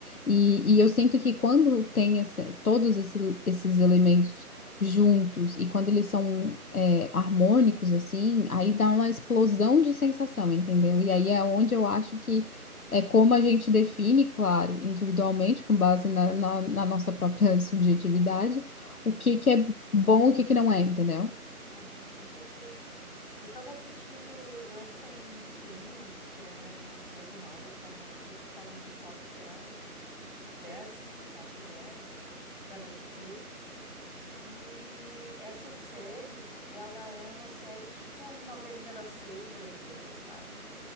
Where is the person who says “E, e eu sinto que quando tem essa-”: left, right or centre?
Left